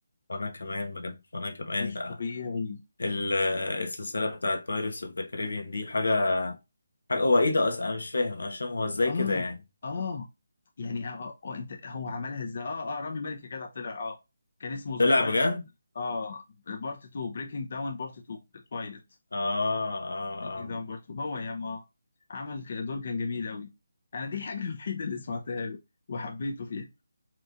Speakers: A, on the left; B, on the left.
A: وانا كمان بجد وانا كمان
B: مش طبيعي
A: ال- السلسله بتاعت بايرتس اوف ذا كاريبيان دي حاجه حاجه هو ايه ده اصلا انا مش فاهم انا مش فاهم هو ازاي
B: اه
A: كده يعني
B: اه يعني اه اه آه، انت هو عملها ازاي اه اه رامي مالك يا جدع طلع اه كان اسمه ذا
A: طلع
B: تويلت
A: بجد
B: اه بارت 2 بريكنج داون بارت 2 تويلت
A: اه اه
B: بريكنج
A: اه
B: داون بارت 2 هو يا ما عمل ك- دور كان جميل قوي انا دي الحاجه <laughs> الوحيده اللي سمعتها له وحبيته فيها